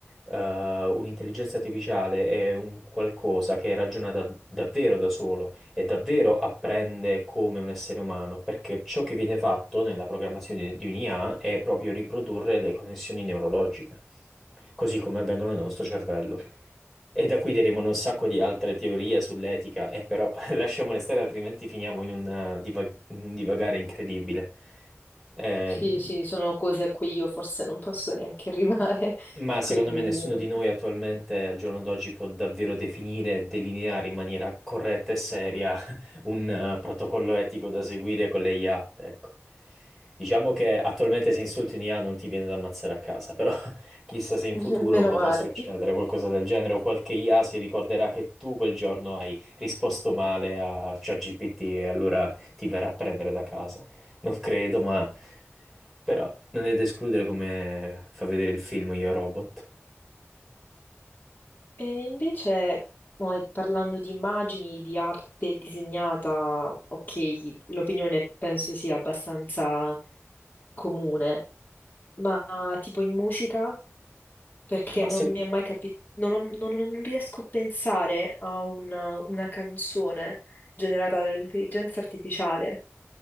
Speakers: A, in the centre; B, on the left.
A: eh, un'intelligenza artificiale è un qualcosa che ragiona da- davvero da solo e davvero apprende come un essere umano, perché ciò che viene fatto nella programmazione di un'IA è proprio riprodurre le connessioni neurologiche, così come avvengono nel nostro cervello. E da qui derivano un sacco di altre teorie sull'etica, e però <laughs> lasciamole stare, altrimenti finiamo in un eh, diva- un divagare incredibile. Ehm,
B: Sì, sì, sono cose a cui io forse non posso neanche arrivare,
A: Ma
B: <laughs>
A: secondo
B: quindi...
A: me nessuno di noi attualmente al giorno d'oggi può davvero definire e delineare in maniera corretta e seria <laughs> un eh, protocollo etico da seguire con le IA, ecco. Diciamo che attualmente se insulti un IA non ti viene da ammazzare a casa, però <laughs> chissà se in
B: <laughs>
A: futuro
B: Meno
A: potrà
B: male.
A: succedere qualcosa del genere o qualche IA si ricorderà che tu quel giorno hai risposto male a ChatGPT e allora ti verrà a prendere da casa. Non credo, ma però non è da escludere come fa vedere il film Io Robot.
B: E invece, poi, parlando di immagini, di arte disegnata, ok, l'opinione penso sia abbastanza comune, ma tipo in musica, perché
A: Ma
B: non
A: se...
B: mi è mai capito, non, ho- non- non- non riesco a pensare a una, una canzone generata dall'intelligenza artificiale.